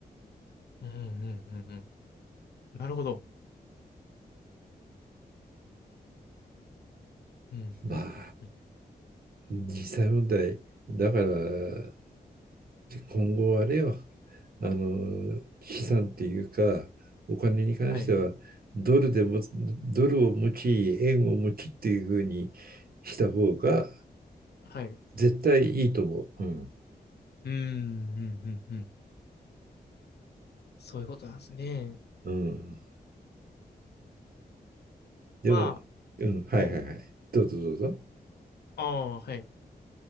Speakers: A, on the left (about 75°); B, on the right (about 60°).
A: うんうんうんうん。なるほど。うんうんうんうん。
B: まあ、実際問題、だから、今後あれよ、あの、資産っていうか、お金に関しては、
A: はい。
B: ドルでも、ドルを持ち、円を持ちっていうふうにした方が
A: はい。
B: 絶対いいと思う。うん。
A: うん。うんうんうんうん。そういうことなんですね。
B: うんでも、
A: ま
B: うん、はいはいはい。
A: あ、はい。
B: どうぞどうぞ。
A: ああ、はい。